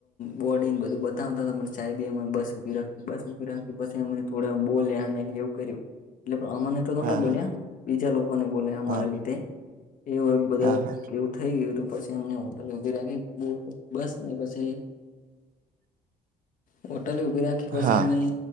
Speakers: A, on the left; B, on the right.
A: બોડ બધું બતાવતા હતા ચાય બી અમે બસ ભી રાખી બસ ભી રાખી પછી અ થોડા બોલ્યા અને એવું કર્યું એટલે અમાને તો નતા
B: હા
A: બોલ્યા બીજા લોકો ને બોલ રા
B: હા
A: લીધે એ બધા
B: હા
A: એવું થાય ગયું પછી અમને હોટલ ઉભી રાખી બસ ને પછી વઠ. ટલી ઉભી રાખી પછી
B: હા
A: અમે